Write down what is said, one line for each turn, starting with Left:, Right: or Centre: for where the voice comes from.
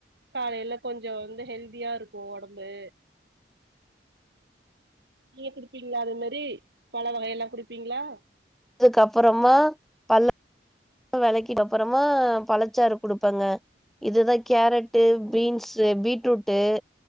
Right: காலயிலே கொஞ்சம் வந்து ஹெல்தியா இருக்கும் உடம்பு நீங்க குடுப்பீங்களா அது மாரி பழ வகையெல்லாம் குடுப்பீங்களா
Centre: அதுக்கப்புறமா பல்ல வெளக்கிட்டு அப்புறமா பழச்சாறு குடுப்பங்க இதுதான் கேரட்டு பீன்ஸு பீட்ரூட்டு